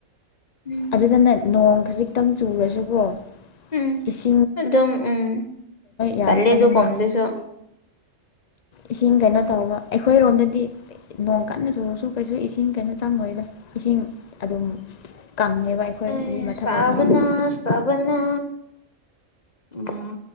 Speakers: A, on the left (about 35°); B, on the left (about 55°).
A: ꯎꯝ
B: ꯑꯗꯨꯗꯅꯦ ꯅꯣꯡ ꯈꯖꯤꯛꯇꯪ ꯆꯨꯔꯁꯨꯀꯣꯁꯤꯡ
A: ꯎꯝ ꯑꯗꯨꯝ ꯎꯝ
B: ꯌꯥꯝ
A: ꯆꯂꯦ
B: ꯆꯪꯕ
A: ꯑꯗꯨ ꯀꯝꯗꯁꯨꯣ
B: ꯏꯁꯤꯡ ꯀꯩꯅꯣ ꯇꯧꯕ ꯑꯩꯈꯣꯏꯔꯣꯝꯗꯗꯤ ꯍꯥꯏꯗꯤ ꯅꯣꯡ ꯀꯟꯅ ꯁꯨꯔꯁꯨ ꯀꯩꯁꯨ ꯏꯁꯤꯡ ꯀꯩꯅꯣ ꯆꯪꯗꯣꯏꯣꯏꯗ ꯏꯁꯤꯡ ꯑꯗꯨꯝ ꯀꯪꯉꯦꯕ ꯑꯩꯈꯣꯏꯗꯤ
A: ꯑꯦ
B: ꯃꯊꯛ
A: ꯁꯕꯅ
B: ꯂꯩꯀꯥꯏꯅꯤꯅ
A: ꯁꯕꯅ ꯎꯝ